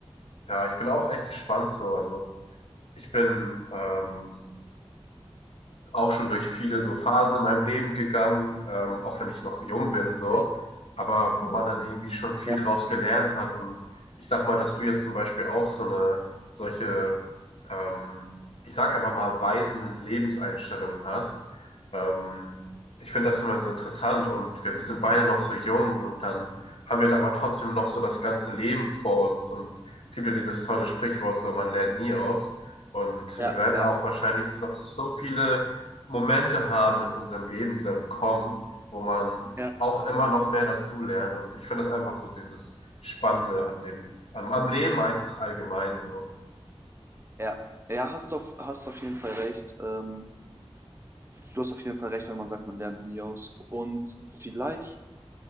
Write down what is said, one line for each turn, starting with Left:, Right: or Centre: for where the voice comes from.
Left: Ja, ich bin auch echt gespannt so. Also ich bin ähm, auch schon durch viele so Phasen in meinem Leben gegangen, ähm, auch wenn ich noch jung bin, so,
Right: Ja,
Left: aber wo man dann irgendwie schon viel
Right: ja,
Left: draus gelernt hat. Und ich sag mal, dass du jetzt zum Beispiel auch so eine solche, ähm, ich sag einfach mal, weisen Lebenseinstellungen hast. Ähm, ich finde das immer so interessant und wir sind beide noch so jung und dann haben wir aber trotzdem noch so das ganze Leben vor uns. Und es gibt ja dieses tolle Sprichwort, so man lernt nie aus. Und
Right: ja,
Left: wir werden
Right: ja,
Left: auch wahrscheinlich noch so viele Momente haben in unserem Leben, die dann kommen, wo man
Right: ja,
Left: auch immer noch mehr dazulernt. Und ich finde das einfach so dieses Spannende an dem, am, am Leben einfach allgemein so.
Right: ja. Ja, hast du auf, hast auf jeden Fall recht. Ähm, du hast auf jeden Fall recht, wenn man sagt, man lernt nie aus. Und vielleicht